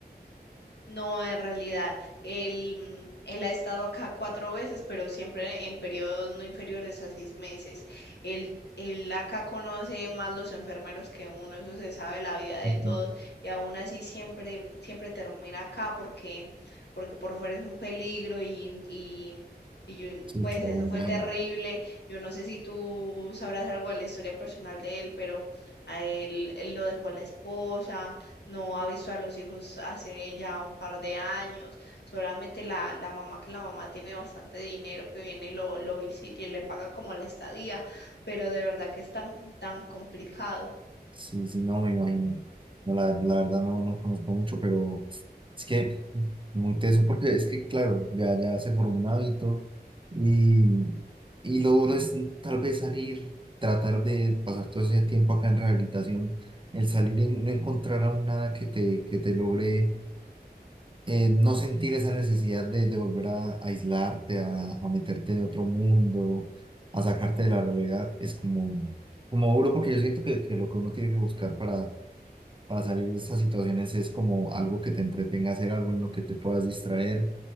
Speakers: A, on the left (about 80°); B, on the right (about 30°).
A: No, en realidad, él, mm, él ha estado acá cuatro veces, pero siempre en periodos no inferiores a seis meses. Él, él acá conoce más los enfermeros que uno, eso se sabe la vida de
B: Ujú.
A: todos, y aún así siempre, mm, siempre termina acá porque, porque por fuera es un peligro y, y, y yo,
B: Sí,
A: pues
B: claro,
A: eso
B: me imagino.
A: fue terrible. Yo no sé si tú sabrás algo de la historia personal de él, pero a él, él lo dejó la esposa no avisó a los hijos hace ya un par de años, solamente la, la mamá, que la mamá tiene bastante dinero, que viene y lo, lo visita y le paga como la estadía, pero de verdad que es tan, tan complicado.
B: Sí, sí, no me imagino. No, la, la verdad no, no conozco mucho, pero es que muy teso, porque es que, claro, ya, ya se formó un hábito y, y lo duro es tal vez salir, tratar de pasar todo ese tiempo acá en rehabilitación, el salir y no encontrar aún nada que te, que te logre eh, no sentir esa necesidad de, de volver a aislarte, a, a meterte en otro mundo, a sacarte de la realidad, es como, como duro porque yo siento que, que lo que uno tiene que buscar para para salir de estas situaciones es como algo que te entretenga hacer, algo en lo que te puedas distraer,